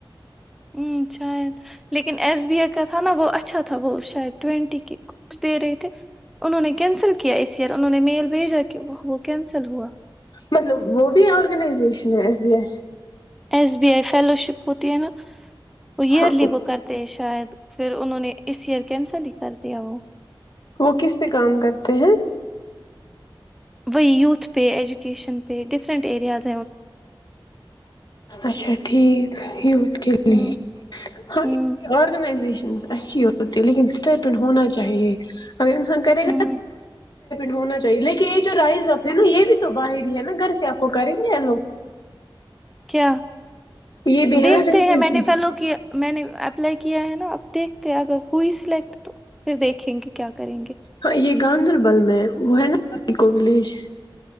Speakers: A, in the centre; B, on the left.
A: ہوں شاید لیکن ایس بی آئی کا تھا نا وہ اچھا تھا وہ شاید ٹوینٹی کے کچھ دے رہے تھے انہوں نے کینسل کیا اس ایئر انہوں نے میل بھیجا کہ وہ کینسل ہوا
B: مطلب وہ بھی آرگنائزیشن ہے S B I
A: S B I fellowship ہوتی ہے نا وہ ایئرلی
B: ہاں
A: وہ کرتے ہیں شاید پھر انہوں نے اس ایئر کینسل ہی کر دیا وہ
B: وہ کس پہ کام کرتے ہیں
A: وہ وت پے ایجوکیشن پ ڈفرنٹ ایرییاز
B: اچھا ٹھیک ہی
A: ہوں
B: لی ہاں
A: ہوں
B: آگنزیشن اچ ہو لیکن ست پ ہونا چاہیے ا سکاری
A: ہوں
B: ہونا چاہیے لیکن یہ جو رائز ہے نا یہ بھی تو باہر ہی ہے نا گھر سے آپ کو کریں گے لوگ
A: کیا
B: یہ بھی
A: دیکھتے
B: ہے نا ریزیشن
A: ہیں میں نے پہلو کہ میں نے اپلائی کیا ہے نا اب ت اگر ہوئی سلیکٹ تو پھر دیکھیں گے کیا کریں گے
B: ہاں یہ گاندربل میں وہ ہے نایک ولیج